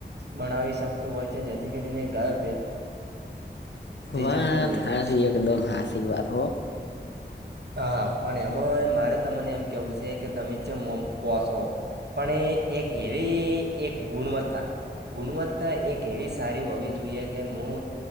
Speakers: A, on the right; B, on the left.
A: ભણાવી શકતું હોય છે જેથી કરીને ગાય
B: વા
A: જતી હોય છે.
B: હાસ એકદમ હાસી વાત હો.
A: હા પણ એમાં મારે તમને એમ કેવું છે કે તમે જેમમકો છો? પણ એક એવી એક ગુણવત્તા ગુણવત્તા એક એવી સારી હોવી જોઈએ કે હું